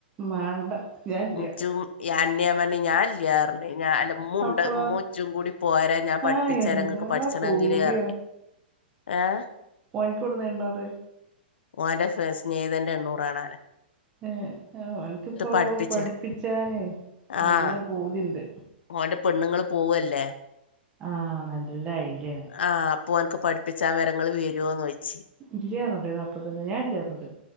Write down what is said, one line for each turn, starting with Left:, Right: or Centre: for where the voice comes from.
Right: മാണ്ട. ഞാൻല്ല
Left: ജ്ജും യെന്നെ ഞാ ഞാൻല്ലന്നർഞ് ഉമ്മുണ്ട്
Right: അപ്പളോ
Left: മ്മൂ ജ്ജും കൂടി പോര് ഞാൻ പഠിപ്പിച്ചരാങ്ങക്ക്
Right: ആഹ് എന്താ
Left: പഠിച്ചണങ്കില്ന്നർഞ്ഞ്.
Right: പൂതി
Left: ഏഹ്
Right: ഓന്ക്കെവിടുന്ന എണ്ണൂറ്?
Left: ഓന്റെ സ്നേഹിതന്റെ എണ്ണൂറാണോലേ.
Right: ഏഹ് എനക്ക്പ്പോ
Left: പഠിപ്പിച്ചരാ
Right: പഠിപ്പിച്ചാന് നല്ല
Left: ആഹ്
Right: പൂതിണ്ട്.
Left: ഓന്റെ പെണ്ണുങ്ങൾ പോവല്ലേ?
Right: ആഹ് നല്ല ഐഡിയാണ്.
Left: ആഹ് അപ്പൊ ഓൻക്ക് പഠിപ്പിച്ച വെരങ്ങെള് വരോന്നോയ്ച്ച്.
Right: ഇല്ലാർഞ്ഞൂടായ്നൊ അപ്പ തന്നെ ഞാൻ ചേർന്ന്ട്ട്